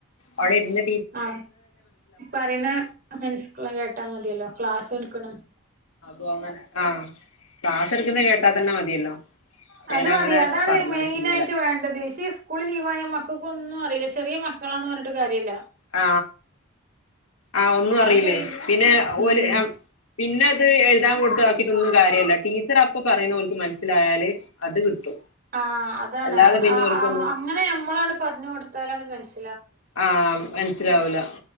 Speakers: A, on the left; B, on the right.
A: അവിടെ ഇരുന്നി
B: ആ പറയുന്ന <inaudible> കേട്ടാ മതിയല്ലോ ക്ലാ ക്ലാസ് എടുക്കണത്
A: ഒ അങ്ങനെ ആ ക്ലാസ് എടുക്കുന്നത് കേട്ടാ തന്നെ മതിയല്ലോ അപ്പൊ
B: അത്
A: ഞാൻ
B: മതി
A: അങ്ങനെ
B: അതാണ്
A: പറഞ്ഞയച്ചു
B: മെയിൻ
A: ഇന്നലെ
B: ആയിട്ട് വേണ്ടത് പക്ഷേ സ്കൂൾ ലീവായ മക്ക മക്കൾക്കൊന്നും അറിയില്ല ചെറിയ മക്കളാന്ന് പറഞ്ഞിട്ട് കാര്യമല്ല
A: ആ ആഹ് ഒന്നും
B: ഞാൻ
A: അറിയില്ലേ
B: കൈ
A: പിന്നെ
B: ഉം
A: ഒല്ല്പിന്നെ അത് എഴുതാൻ കൊടുത്തതക്കിയിട്ടൊന്നും കാര്യമല്ല ടീച്ചർ അപ്പ പറയുന്നവക്ക് മനസ്സിലായാല് അത് കിട്ടും
B: ആഹ് അതാണ്
A: അല്ലാതെ പിന്നെ ഓൽക്കൊന്നും
B: അങ്ങനെ ആന് നമ്മളാണ് പറഞ്ഞ് കൊടുത്താലാണ് മനസി
A: ആ മനസിലാവൂല